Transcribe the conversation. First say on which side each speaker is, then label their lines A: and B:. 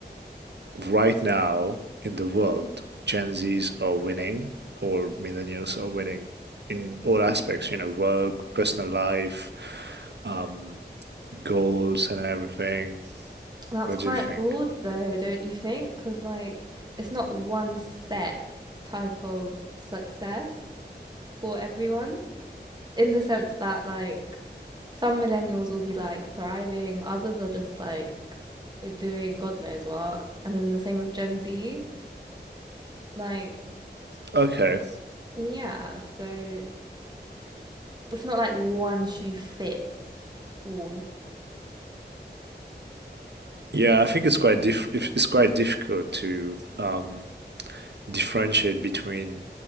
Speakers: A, on the right (about 75°); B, on the right (about 25°).
A: right now in the world, Gen Zs are winning or millennials are winning in all aspects? You know, work, personal life, um, goals, and everything.
B: That's
A: What
B: quite
A: do you think?
B: broad though, don't you think? Because like it's not one set type of success for everyone. in the sense that like some millennials will be like thriving, others are just like doing God knows what, and then the same with Gen Z. Like,
A: Okay,
B: yeah, so it's not like one shoe fits all.
A: Yeah, I think it's quite diff if- it's quite difficult to um, differentiate between